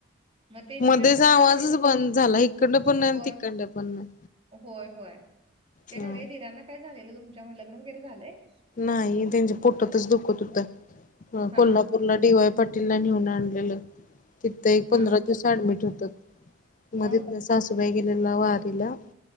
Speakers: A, on the right; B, on the left.
A: मग ते
B: मध्येच
A: दिरांना
B: आवाजच
A: काय झालेलं
B: बंद झाला इकडनं पण नाही
A: होय
B: आणि तिकडनं पण नाही
A: होय होय ते
B: हम्म
A: नव्हे दिरांना काय झालेलं तुमच्या म लग्न वगैरे झालंय
B: नाही त्यांची पोटतच दुखत होतं
A: हा
B: कोल्हापूरला
A: हा
B: डी वाय पाटीलला नेऊन आणलेलं तिथं एक पंधरा
A: हां,
B: दिवस
A: हां.
B: ऍडमिट होतंत मध्ये
A: मग?
B: सासूबाई गेलेल्या वारीला